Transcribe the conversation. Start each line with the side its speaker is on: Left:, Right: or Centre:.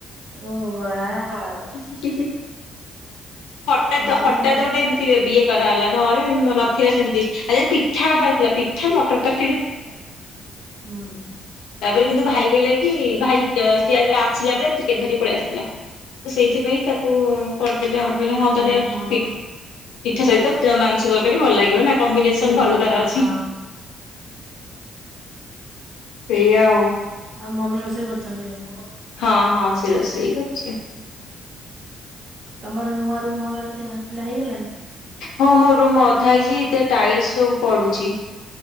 Right: ଓ ୱାଓ
Left: କି ହୁଁ ହୁଁ ହୁଁ ହୁଁ। ହଠାତ
Right: ବଢିଆ
Left: ହଠାତ ଗୋଟେ ଏମିତି କରାହେଲା ନହେଲେ ନଥିଲା ସେମିତି ଆ ପିଠା ହେବାର ଥିଲା ପିଠା ମଟର ତର
Right: ହଁ।
Left: ତାପରେ କିନ୍ତୁ ଭାଇ କହିଲା କି ଭାଇ ସିଏ ଆସିଲା ବେଳେ ଚିକେନ୍ ଧରି ପଳେଇ ଆସିଥିଲା ତ ସେଇଥିପାଇଁ ତାକୁ କରିଦେଲେ ଆ
Right: ହେଲା
Left: କହିଲେ ହଁ ତାହାଲେ
Right: ଆଉ ହଁ।
Left: ପିଠା ସହିତ ମାଂସ ତରକାରୀ ଭଲ ଲାଗିବ ନା କମ୍ବିନେସନ
Right: ଚିକେନ
Left: ଭଲ
Right: କଷା
Left: କର ଅଛି।
Right: ହଁ
Left: ସେଇଆଉ।
Right: ଆଉ ମମି ରୋଷେଇ କରିଛନ୍ତି ଏବେ
Left: ହଁ ହଁ। ସେ ରୋଷେଇ କରୁଛି।
Right: ତମର ନୂଆ ରୁମ୍ ହବାର ଥିବା ଥିଲା ହେଇଗଲାଣି।
Left: ହଁ ମୋ ରୁମ ଅଧା ହେଇଛି ଏତ ଟାଇଲ୍ସ ସ ପଡୁଛି